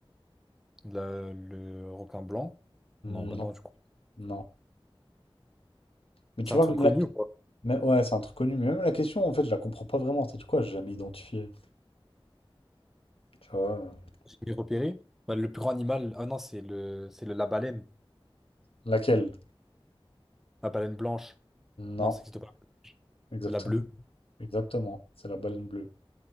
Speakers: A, in the centre; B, on the left.
A: La- le requin blanc? Non,
B: Non,
A: bah non, du coup
B: non. Mais tu
A: C'est un
B: vois,
A: truc
B: même
A: connu ou quoi?
B: Mais ouais, c'est un truc connu. Mais même la question, en fait, je la comprends pas vraiment. C'est quoi? J'ai jamais identifié. Tu vois? euh,
A: J'ai repéré. Bah, le plus grand animal. Ah non, c'est le, c'est le- la baleine.
B: Laquelle?
A: La baleine blanche.
B: Non,
A: Non, ça n'existe pas.
B: exactement.
A: La bleue.
B: Exactement. C'est la baleine bleue.